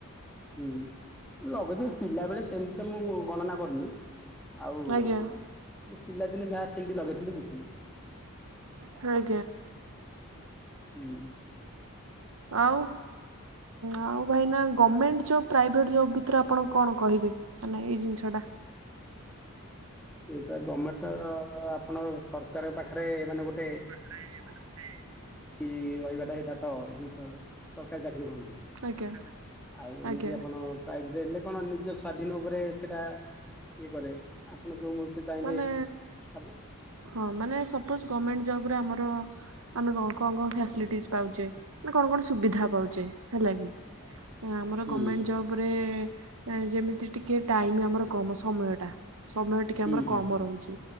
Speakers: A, in the centre; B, on the right (about 65°).
A: ହୁଁ ଲଗଛ ପିଲା ବେଳେ ସେମିତି ତ ମୁଁ ଗଣନା କରିନି ଆଉ ମୋ
B: ଆଜ୍ଞା
A: ପିଲାଦିନେ ଯାହା ସେମିତି ଲଗେଇଥିଲି କିଛି
B: ହଁ
A: ହୁଁ
B: ଆଉ ଆଉ ଭାଇନା ଗଭର୍ଣମେଣ୍ଟ ଜବ୍ ପ୍ରାଇଭେଟ ଜବ ଭିତରେ ଆପଣ କଣ କହିବେ? ମାନେ ଏଇ ଜିନିଷ ଟା
A: ସେଟା ଗଭର୍ଣ୍ଣମେଣ୍ଟ ତ ଆପଣ ସରକାରଙ୍କ ପାଖରେ ମାନେ ଗୋଟେ
B: ମେ <unintelligible>
A: କି ରହିବାଟା ହେ ଏଟାତ ଜିନିଷ ସରକାରୀ ଚାକିରି କୁହନ୍ତି
B: ଆଜ୍ଞା
A: ଆଉ ଏମିତି
B: ଆଜ୍ଞା
A: ଆପଣ ପାଇବୁ ଦେଲେ କଣ ନିଜ ସ୍ଵାଧୀନ ଉପରେ ସେଇଟା ଇଏ କରେ ଆପଣ ଯୋଉ ମୁ କି ଚାହିଁବେ
B: ମାନେ
A: ସବୁ
B: ହଁ ମାନେ ସପୋଜ ଗଭର୍ଣମେଣ୍ଟ ଜବ ରେ ଆମର ଆମେ କଣ କଣ କଣ ଫ୍ୟାସିଲିଟିଚି ପାଉଛେ ମାନେ କଣ କଣ ସୁବିଧା ପାଉଛେ ହେଲା କିି ଆମର
A: ହୁଁ
B: ଗଭର୍ଣମେଣ୍ଟ ଜବ ରେ ଯେମିତି ଟିକେ ଟାଇମ ଆମର କମ ସମୟ ଟା ସମୟ ଟିକେ
A: ହୁଁ
B: ଆମର
A: ହୁଁ
B: କମ ରହୁଛି